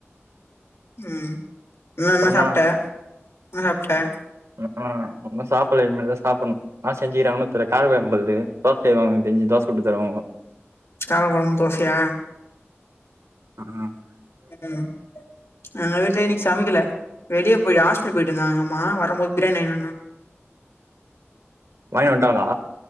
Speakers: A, on the left (about 70°); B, on the right (about 85°).
A: ம் இன்னு
B: அப்றோண்ணா
A: இன்ன சாப்ட்ட என்ன சாப்ட்ட
B: அ ஆ இன்னு சாப்பட்ல இனிமேல்தா சாப்பட்ணு இன்னா செஞ்சுக்கிறாங்கனு தெர்ல காரக்கொழம் நம்பள்து தோச செய்வாங்க என்க் தெரிஞ்சி தோச சுட்டு தருவாங்கோ
A: காரக்கொழம்பு தோசயா
B: ம் ம்
A: ம் ம் எங்க வீட்ல இன்னிக் சமைக்கில வெளியப் போய் ஹாஸ்பிட்லு போய்ட் வந்தாங்க எங்கம்மா வரம்போது பிரியாணி வாங்கினு வந்தாங்க
B: வாங்கினு வந்ட்டாங்களா